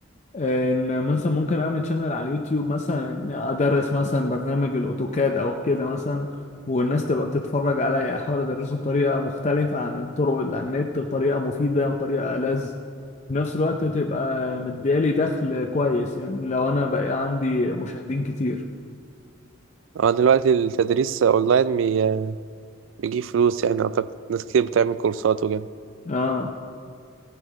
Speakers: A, on the left (about 35°); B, on the right (about 75°).
A: آه، ان مثلا ممكن اعمل شانل على اليوتيوب مثلا إني ادرس مثلا برنامج الاوتوكاد او كده مثلا والناس تبقى بتتفرج عليا احاول ادرسه بطريقة مختلفة عن الطرق اللي على النت بطريقة مفيدة وطريقة ألذ في نفس الوقت تبقى مديالي دخل كويس يعني لو انا بقى عندي مشاهدين كتير
B: اه دلوقتي التدريس اونلاين بي- بيجيب فلوس يعني اعتقد ناس كتير بتعمل كورسات وكده
A: اه